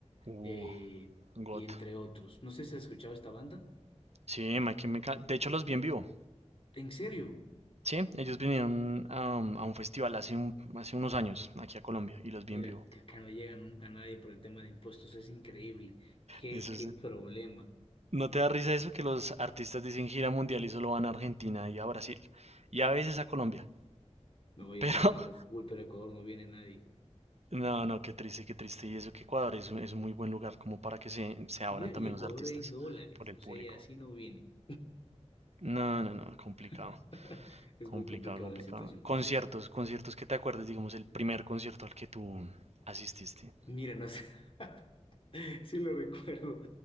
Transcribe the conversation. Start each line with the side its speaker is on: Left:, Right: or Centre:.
Right: Uh,
Left: eh,
Right: God.
Left: y entre otros. No sé si has escuchado esta banda.
Right: Sí, My Chemical- De hecho, los vi en vivo.
Left: ¿En serio?
Right: Sí, ellos vinieron a, un a un festival hace, un- hace unos años aquí a Colombia y los vi
Left: Mira,
Right: en vivo.
Left: que acá no llega nunca nadie por el tema de impuestos. Es increíble. ¿Qué,
Right: Eso
Left: qué
Right: es,
Left: problema?
Right: ¿No te da risa eso que los artistas dicen gira mundial y solo van a Argentina y a Brasil y a veces a Colombia?
Left: No, ya
Right: Pero
Left: están llegando
Right: <laughs>
Left: full, pero a Ecuador no viene nadie.
Right: no, no, qué triste, qué triste. Y eso que Ecuador es un, es un muy buen lugar como para que se, se abran
Left: Mira,
Right: también
Left: y Ecuador
Right: los artistas
Left: hay dólares.
Right: por el
Left: O
Right: público.
Left: sea, y así no vienen.
Right: No, no, no, complicado,
Left: <laughs> Es
Right: complicado,
Left: muy complicada
Right: complicado.
Left: la situación.
Right: Conciertos, conciertos que te acuerdes, digamos, el primer concierto al que tú asististe.
Left: Mira, no sé. <laughs> Sí lo recuerdo.